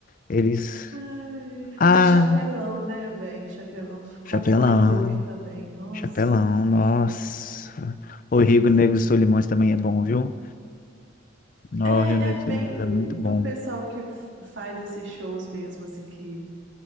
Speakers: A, on the left (about 45°); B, on the right (about 80°).
A: Eles.
B: Ai,
A: Ah,
B: E o chapelão, né, velho? O chapelão f- compõe
A: chapelão.
B: o look também. Nossa.
A: Chapelão, nossa. O Rio Negro e Solimões também é bom, viu? No,
B: É,
A: o Rio Negro
B: é bem
A: e Solimões é muito bom.
B: do pessoal que f- faz esses shows mesmo, assim, que,